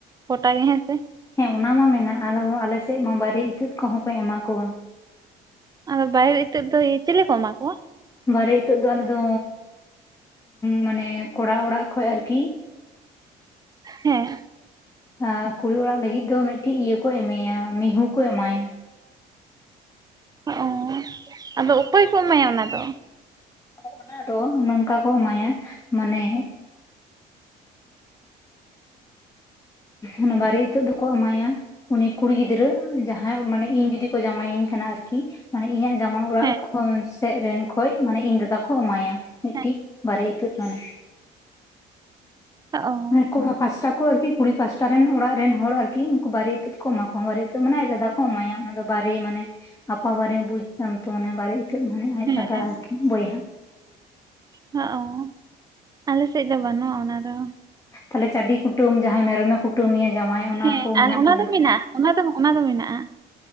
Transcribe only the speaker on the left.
ᱦᱮᱸ ᱚᱱᱟ ᱢᱟ ᱢᱮᱱᱟ ᱟᱫᱚ ᱟᱞᱮᱥᱮᱫ ᱢᱟ ᱵᱟᱨᱮ ᱤᱛᱟᱹᱜ ᱠᱚᱦᱚᱸ ᱠᱚ ᱮᱢᱟ ᱠᱚᱣᱟ᱾
ᱵᱟᱨᱮ ᱤᱛᱟᱹᱜ ᱫᱚ ᱟᱞᱮᱫᱚ ᱢᱟᱱᱮ ᱠᱚᱲᱟ ᱚᱲᱟᱜ ᱠᱷᱚᱡ ᱟᱨᱠᱤ
ᱟᱨ ᱠᱩᱲᱤ ᱚᱲᱟᱜ ᱞᱟᱹᱜᱤᱫ ᱫᱚ ᱢᱤᱫᱴᱤᱡ ᱤᱭᱟᱹ ᱠᱚ ᱮᱢᱮᱭᱟ, ᱢᱤᱦᱩ ᱠᱚ ᱮᱢᱟᱭᱟ᱾
ᱚᱱᱟ ᱫᱚ ᱱᱚᱝᱠᱟ ᱠᱚ ᱮᱢᱟᱭᱟ ᱢᱟᱱᱮ ᱚᱱᱟ ᱵᱟᱨᱮ ᱤᱛᱟᱹᱜ ᱫᱚᱠᱚ ᱮᱢᱟᱭᱟ ᱩᱱᱤ ᱠᱩᱲᱤ ᱜᱤᱫᱽᱨᱟᱹ ᱡᱟᱦᱟᱸᱭ ᱢᱟᱱᱮ ᱤᱧ ᱡᱩᱫᱤ ᱠᱚ ᱡᱟᱸᱣᱟᱭᱤᱧ ᱠᱟᱱᱟ ᱟᱨᱠᱤ ᱢᱟᱱᱮ ᱤᱧᱟᱹᱜ ᱡᱟᱢᱟ ᱚᱲᱟᱜ
ᱠᱷᱚᱱ ᱥᱮᱫ ᱨᱮᱱ ᱠᱷᱚᱱ ᱢᱟᱱᱮ ᱤᱧ ᱫᱟᱫᱟ ᱠᱚ ᱮᱢᱟᱭᱟ ᱢᱤᱫᱴᱤᱡ
ᱵᱟᱨᱮ ᱤᱛᱟᱹᱫ ᱢᱟᱱᱮ
ᱠᱚᱲᱟ ᱯᱟᱥᱴᱟ ᱠᱚ ᱟᱨᱠᱤ ᱠᱩᱲᱤ ᱯᱟᱥᱴᱟ ᱨᱮᱱ ᱚᱲᱟᱜ ᱨᱮᱱ ᱦᱚᱲ ᱟᱨᱠᱤ ᱩᱱᱠᱩ ᱵᱟᱨᱮ ᱤᱛᱟᱹᱛ ᱠᱚ ᱮᱢᱟ ᱠᱚ ᱵᱟᱨᱮ ᱤᱛᱟᱹᱜ ᱢᱟᱱᱮ ᱟᱡ ᱫᱟᱫᱟ ᱠᱚ ᱮᱢᱟᱭᱟ, ᱚᱱᱟ ᱫᱚ ᱵᱟᱨᱮ ᱢᱟᱱᱮ ᱟᱯᱟ ᱵᱟᱨᱮ ᱵᱩᱡ ᱫᱟᱢ ᱛᱚ ᱢᱟᱱᱮ ᱵᱟᱨᱮ ᱤᱛᱟᱹᱜ ᱢᱟᱱᱮ ᱟᱡ
ᱫᱟᱫᱟ
ᱟᱨᱠᱤ ᱵᱚᱭᱦᱟ᱾
ᱛᱟᱦᱞᱮ ᱪᱟᱹᱰᱤ ᱠᱩᱴᱟᱹᱢ ᱡᱟᱦᱟᱸᱭ ᱢᱮᱨᱚᱢ ᱮ ᱠᱩᱴᱟᱹᱢ ᱢᱮᱭᱟ ᱡᱟᱣᱟᱭ ᱚᱱᱟ
ᱠᱚ ᱢᱮᱱᱟᱜ
ᱛᱚᱵᱮ?